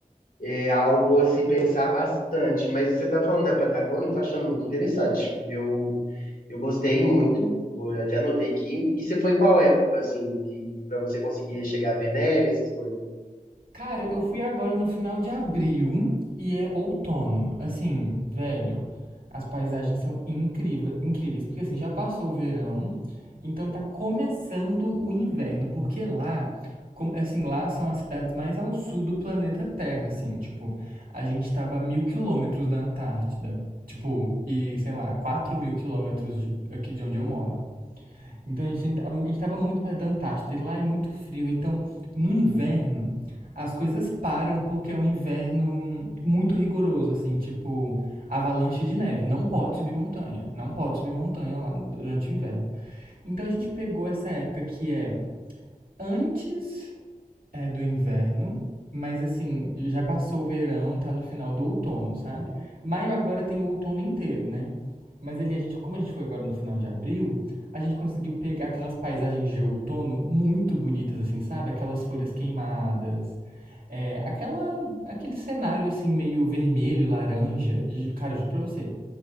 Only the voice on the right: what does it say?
Cara, eu fui agora no final de abril e é outono. Assim, velho, as paisagens são incríveis, incríveis, porque assim, já passou o verão, então tá começando o inverno, porque lá, como, assim, lá são as cidades mais ao sul do planeta Terra, assim, tipo, a gente tava a mil quilômetros da Antártida, tipo, e sei lá, quatro mil quilômetros de- aqui de onde eu moro. Então a gente a gente estava muito perto da Antártida e lá é muito frio. Então, no inverno, as coisas param porque é um inverno muito rigoroso, assim, tipo avalanche de neve. Não pode subir montanha. Não pode subir montanha lá durante o inverno. Então a gente pegou essa época que é antes é do inverno, mas assim, já passou o verão, tá no final do outono, sabe? Maio agora tem o outono inteiro, né? Mas ele, a gente, como a gente foi agora no final de abril, a gente conseguiu pegar aquelas paisagens de outono muito bonitas, assim, sabe? Aquelas folhas queimadas, é, aquela, aquele cenário assim meio vermelho, laranja. E, Cara, eu juro pra você,